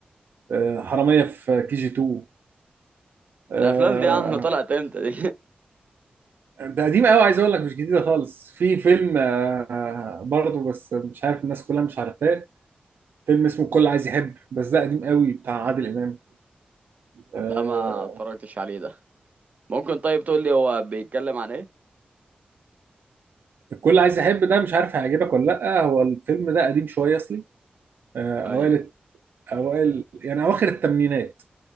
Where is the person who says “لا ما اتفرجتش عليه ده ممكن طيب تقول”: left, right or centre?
Right